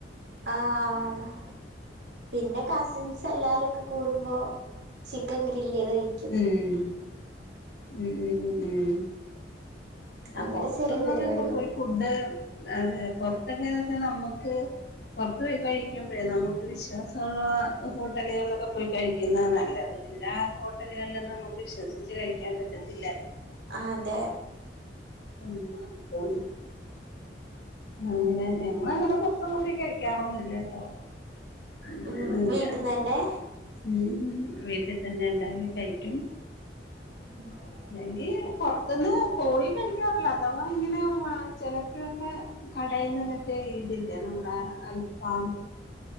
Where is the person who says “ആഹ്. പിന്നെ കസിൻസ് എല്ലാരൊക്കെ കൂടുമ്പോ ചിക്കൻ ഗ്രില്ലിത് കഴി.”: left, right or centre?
Right